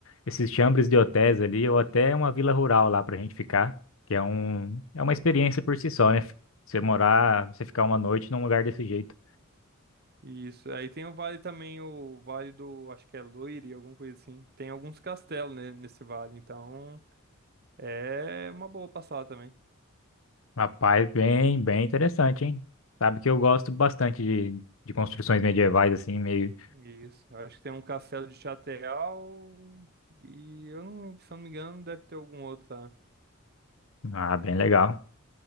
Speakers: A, on the left; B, on the right.
A: esses chambres de hotéis ali, ou até uma vila rural lá pra gente ficar, que é um, é uma experiência por si só, né? Você morar, você ficar uma noite num lugar desse jeito.
B: Isso. Aí tem o vale também, o vale do, acho que é Loire, alguma coisa assim. Tem alguns castelos, né, nesse vale, então é uma boa passada também.
A: Rapaz, bem, bem interessante, hein? Sabe que eu gosto bastante de, de construções medievais, assim, meio.
B: Isso. Acho que tem um castelo de Chateau e eu não, se eu não me engano, deve ter algum outro lá.
A: Ah, bem legal.